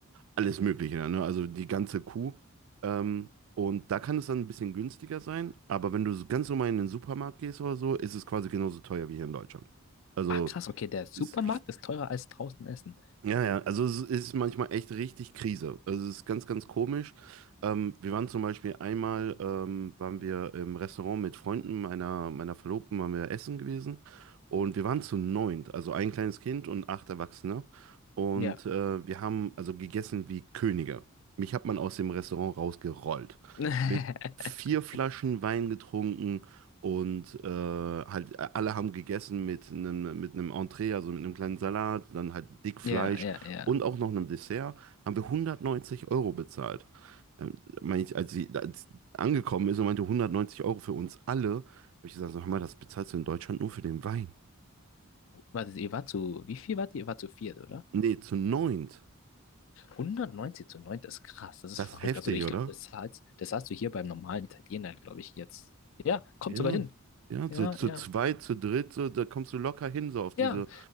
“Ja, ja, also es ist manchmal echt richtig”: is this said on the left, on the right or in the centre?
Right